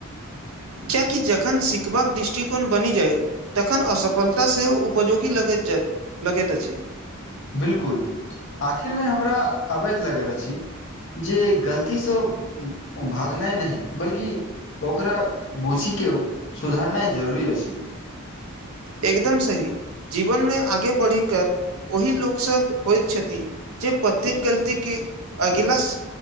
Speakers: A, on the right (about 75°); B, on the left (about 60°).
A: कियकि जखन सिखबाक दृष्टिकोण बनि जाय तखन असफलता सेहो उपजोगी लगैत जाइत लगैत अछि
B: बिल्कुल आखिरमे हमरा अबैध लगैत अछि जे गलतीसँ भागनाइ नहि बल्कि ओकरा बूझी के सुधरनाइ जरूरी अछि
A: एकदम सही जीवनमे आगे बढ़ि कर ओही लोकसभ होइत छथि जे प्रत्येक गलतीके अगिला